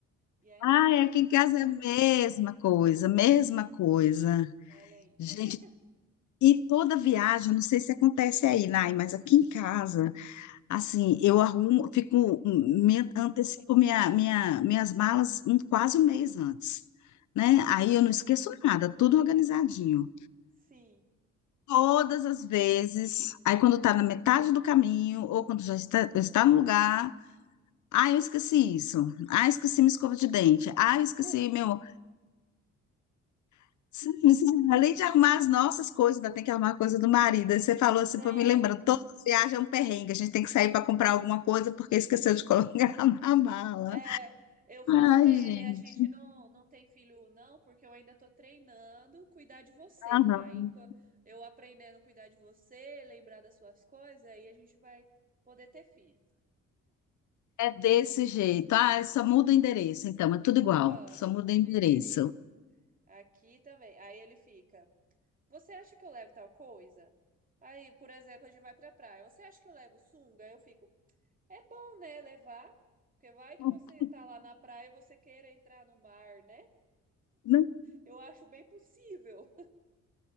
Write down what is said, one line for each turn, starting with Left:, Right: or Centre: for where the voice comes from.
Right: E aí,
Left: ai,
Right: no caso,
Left: aqui
Right: fica
Left: em casa
Right: com nós
Left: é a mesma
Right: duas.
Left: coisa, mesma coisa.
Right: Olha aí.
Left: Gente,
Right: <laughs>
Left: E toda viagem, não sei se acontece aí, Nay, mas aqui em casa, assim, eu arrumo, fico, hum, me, antecipo minha, minha, minhas malas um- quase um mês antes, né? Aí
Right: Aham.
Left: eu não esqueço nada, tudo organizadinho.
Right: Sim.
Left: Todas as vezes, aí quando tá na metade do caminho, ou quando já está, está no lugar, ah, eu esqueci isso, ah, eu esqueci minha escova de dente, ah, eu esqueci
Right: <laughs>
Left: meu, <laughs> Sim, sim. Além de arrumar as nossas coisas, ainda tem que arrumar a coisa do marido. Aí Você falou assim,
Right: Tem.
Left: foi me lembrando, todas as viagens é um perrengue, a gente tem que sair para comprar alguma coisa porque esqueceu de colocar <laughs> na mala.
Right: É, eu falo
Left: Ai,
Right: pra ele,
Left: gente,
Right: a gente não, não tem filho não, porque eu ainda tô treinando cuidar de você.
Left: não, não.
Right: Aí co- eu aprendendo a cuidar de você, lembrar das suas coisas, aí a gente vai poder ter filho.
Left: É desse jeito. Ah, só muda o endereço, então, é tudo igual,
Right: Só,
Left: só
Right: só
Left: muda
Right: muda
Left: o endereço.
Right: o endereço. Aqui também. Aí ele fica, você acha que eu levo tal coisa? Aí, por exemplo, a gente vai pra praia. Você acha que eu levo sunga? Aí Eu fico, é bom, né, levar? Porque vai que
Left: <laughs>
Right: você tá lá na praia e você queira entrar no mar, né?
Left: Não,
Right: Eu acho bem possível.